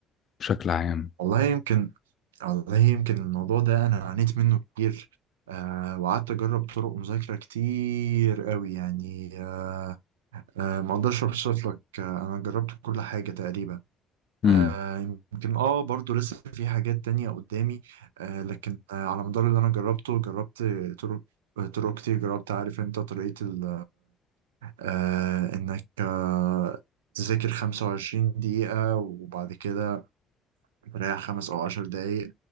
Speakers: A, on the left; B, on the right.
A: بشكل عام
B: والله يمكن والله يمكن الموضوع ده انا عانيت منه كتير آه وقعدت اجرب طرق مذاكره كتير قوي يعني آه آه ما اقدرش اوصف لك آه انا جربت كل حاجه تقريبا
A: امم
B: آه يمكن اه برضو لسه في حاجات تانية قدامي آه لكن آه على مدار اللي انا جربته جربت طرق طرق كتير جربت عارف انت طريقه ال- آه انك آه تذاكر 25 دقيقة وبعد كده تريح خمس أو عشر دقايق